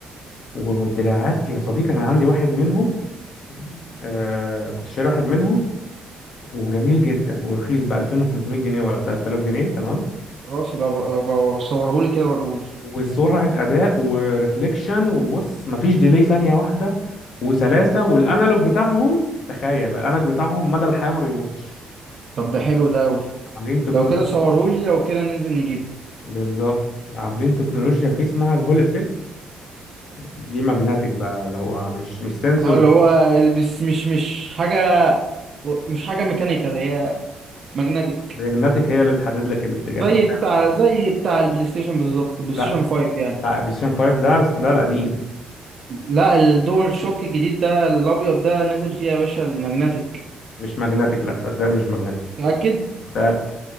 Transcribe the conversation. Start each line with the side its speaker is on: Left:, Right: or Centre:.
Left: والدراعات يا صديقي انا عندي واحد منهم آه كنت شاري واحد منهم وجميل جدا ورخيص ب 2500 جنيه ولا بتاع 3000 جنيه تمام
Right: خلاص بقى بقى صورهولي كده وريهولي
Left: وسرعة أداء وريفليكشن وبص مفيش ديلي ثانية واحدة وسلاسة والأنالوج بتاعهم تخيل بقى الأنالوج بتاعهم مدى الحياة ما بيبصش
Right: طب ده حلو ده قوي
Left: عاملين تكنولوجيا
Right: لو كده صورهولي
Left: فيه
Right: لو كده ننزل نجيبه
Left: بالظبط عاملين تكنولوجيا فيه اسمها الهول افكت دي ماجنتيك بقى اللي هو مش مش سنسورز
Right: اه اللي هو بس مش مش حاجة مش حاجة ميكانيكال هي ماجنتيك
Left: ماجنتيك هي اللي بتحدد لك الاتجاه
Right: زي
Left: فتعمل
Right: بتاع
Left: كده.
Right: زي بتاع البلاي ستيشن بالظبط بلاي
Left: لا
Right: ستيشن 5 يعني
Left: لا بلاي ستيشن 5 ده ده القديم
Right: لا الدول شوك الجديد ده الابيض ده نزل فيه يا باشا الماجنتيك
Left: مش ماجنتيك لا صدقني مش ماجنتيك
Right: متأكد
Left: متأكد